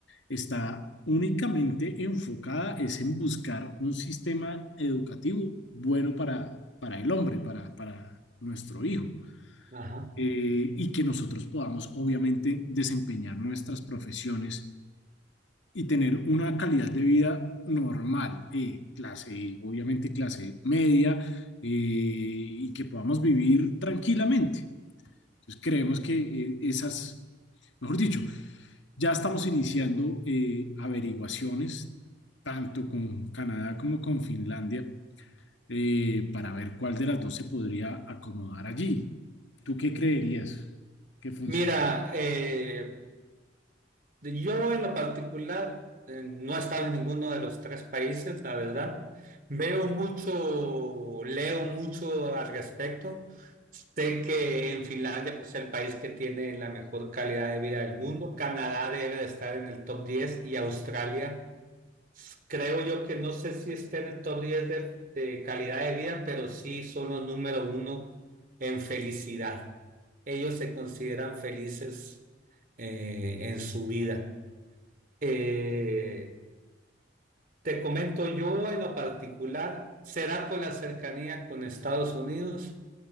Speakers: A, on the left; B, on the right.
A: está únicamente enfocada es en buscar un sistema educativo bueno para, para el hombre, para, para nuestro hijo,
B: Ajá.
A: eh, y que nosotros podamos, obviamente, desempeñar nuestras profesiones y tener una calidad de vida normal, eh, clase, E, obviamente clase media, eh, y que podamos vivir tranquilamente. Entonces creemos que eh, esas, mejor dicho, ya estamos iniciando eh, averiguaciones, tanto con Canadá como con Finlandia, eh, para ver cuál de las dos se podría acomodar allí. ¿Tú qué creerías que funciona?
B: Mira, eh, Yo en lo particular eh, no he estado en ninguno de los tres países, la verdad. Veo mucho, leo mucho al respecto. Sé que en Finlandia pues, es el país que tiene la mejor calidad de vida del mundo. Canadá debe de estar en el top 10 y Australia, creo yo que no sé si está en el top 10 de, de calidad de vida, pero sí son los número uno en felicidad. Ellos se consideran felices eh, en su vida. Eh, te comento yo en lo particular, será por la cercanía con Estados Unidos,